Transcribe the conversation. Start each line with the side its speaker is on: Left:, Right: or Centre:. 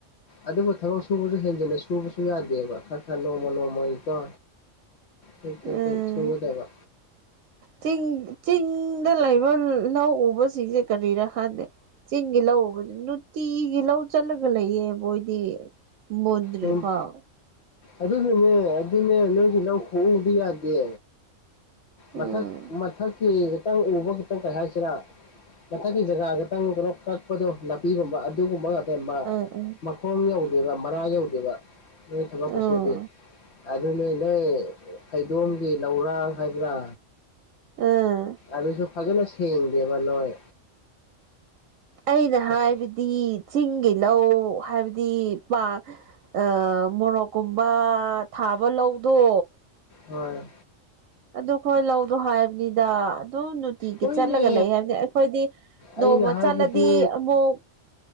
Left: ꯑꯗꯨꯕꯨ ꯊꯕꯛ ꯁꯨꯕꯁꯨ ꯍꯦꯟꯖꯤꯟꯅ ꯁꯨꯕꯁꯨ ꯌꯥꯗꯦꯕ ꯈꯔ ꯈꯔ ꯅꯣꯡꯃ ꯅꯣꯡꯃꯒꯤꯀꯣ <unintelligible>
Right: ꯎꯝ
Left: ꯁꯨꯒꯗꯕ
Right: ꯆꯤꯡ ꯆꯤꯡꯗ ꯂꯩꯕ ꯂꯧ ꯎꯕꯁꯤꯡꯁꯦ ꯀꯔꯤꯔ ꯈꯪꯗꯦ ꯆꯤꯡꯒꯤ ꯂꯧ ꯎꯕ ꯅꯨꯡꯇꯤꯒꯤ ꯂꯧ ꯆꯠꯂꯒ ꯂꯩꯌꯦ ꯃꯣꯏꯗꯤ ꯃꯨꯟꯗ꯭ꯔꯤ
Left: ꯑꯗꯨꯝ
Right: ꯐꯥꯎ
Left: ꯑꯗꯨꯅꯅꯦ ꯑꯗꯨꯅꯦ ꯅꯣꯏꯒꯤ ꯂꯧ ꯈꯨꯎꯗꯨ ꯌꯥꯗꯦ ꯃꯊꯛ
Right: ꯎꯝ
Left: ꯃꯊꯛꯀꯤ ꯈꯇꯪ ꯎꯕ ꯈꯇꯪ ꯀꯩ ꯍꯥꯏꯁꯤꯔꯥ ꯃꯊꯛꯀꯤ ꯖꯒꯥ ꯈꯛꯇꯪ ꯀꯩꯅꯣ ꯀꯛꯄꯗꯣ ꯅꯥꯄꯤꯒꯨꯝꯕ ꯑꯗꯨꯒꯨꯝꯕ ꯉꯥꯛ
Right: ꯎꯝ
Left: <unintelligible>
Right: ꯎꯝ
Left: ꯃꯈꯣꯡ ꯌꯧꯗꯦꯕ ꯃꯔꯥ ꯌꯧꯗꯦꯕ ꯅꯣꯏ ꯊꯕꯛ
Right: ꯎꯝ
Left: ꯈꯨꯁꯨꯗꯤ ꯑꯗꯨꯅꯦ ꯅꯣꯏ ꯍꯩꯗꯣꯝꯒꯤ ꯂꯧꯔꯥꯡ ꯍꯥꯏꯕ꯭ꯔꯥ
Right: ꯎꯝ
Left: ꯑꯗꯨꯁꯨ ꯐꯖꯅ ꯁꯦꯡꯗꯦꯕ ꯅꯣꯏ
Right: ꯑꯩꯅ ꯍꯥꯏꯕꯗꯤ
Left: ꯑꯁ
Right: ꯆꯤꯡꯒꯤ ꯂꯧ ꯍꯥꯏꯕꯗꯤ ꯄꯥꯥ ꯑ ꯃꯣꯔꯣꯛ ꯀꯨꯝꯕ ꯊꯥꯕ ꯂꯧꯗꯣ
Left: ꯍꯣꯏ
Right: ꯑꯗꯨ ꯈꯣꯏ ꯂꯧꯗꯣ ꯍꯥꯏꯕꯅꯤꯗ ꯑꯗꯨꯝ ꯅꯨꯠ ꯇꯤꯒꯤ
Left: ꯍꯣꯏꯅꯦ
Right: ꯆꯠꯂꯒ ꯂꯩ ꯍꯥꯏꯕꯅꯦ ꯑꯩꯈꯣꯏꯗꯤ ꯅꯣꯡꯃ
Left: ꯑꯩꯅ ꯍꯥꯏꯕꯗꯤ
Right: ꯆꯠꯂꯗꯤ ꯑꯃꯨꯛ